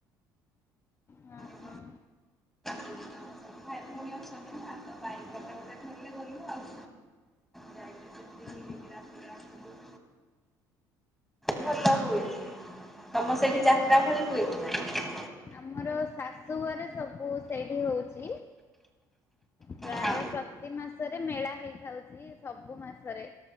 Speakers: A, on the left; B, in the centre.
A: ହଁ।
B: <inaudible> ତ
A: ହଁ
B: ସେଇଠି ଭାଇ ଭଉଣି ଅଛନ୍ତି ନା ତ ବାଇକ ଗୋଟେ ଗୋଟେ ଧରିଲେ ଗଲୁ ଆଉ। ଯାଇକି ବୁଲି ବୁଲିକି
A: ହଁ।
B: ରାତିରେ ଆସିଲୁ। ଭଲ ହୁଏ ସେଇଠି ତମ ସେଇଠି ଯାତ୍ରା ଭଳି ହୁଏ କି ନାହିଁ?
A: ଆମର ଶାଶୁଘରେ ସବୁ ସେଇଠି ହି ହଉଚି। ପ୍ରାୟ
B: ହଁ
A: ପ୍ରତି ମାସରେ ମେଳା ହେଇଥାଉଚି ସବୁ ମାସରେ।